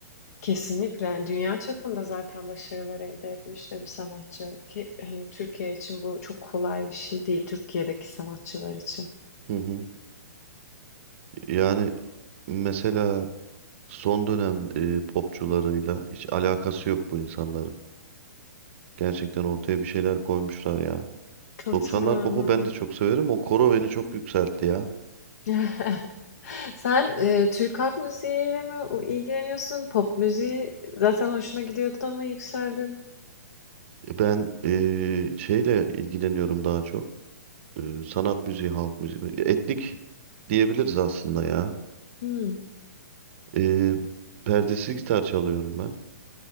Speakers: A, on the left (about 60°); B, on the right (about 45°).
A: Kesinlikle, yani, dünya çapında zaten başarılar elde etmiş de bir sanatçı ki, hani, Türkiye için bu çok kolay bir şey değil, Türkiye'deki sanatçılar için.
B: Hı hı. Yani mesela son dönem e, popçularıyla hiç alakası yok bu insanların. Gerçekten ortaya bir şeyler koymuşlar ya.
A: Katılıyorum,
B: 90'lar popu ben de çok severim. O koro beni çok
A: evet.
B: yükseltti ya.
A: <laughs> Sen, eee, Türk halk müziğiyle mi ilgileniyorsun? Pop müziği zaten hoşuna gidiyordu ama yükseldin.
B: Ben eee, şeyle ilgileniyorum daha çok. Eee, sanat müziği, halk müziği. Etnik diyebiliriz aslında ya.
A: Hıı.
B: Eee, perdesiz gitar çalıyorum ben.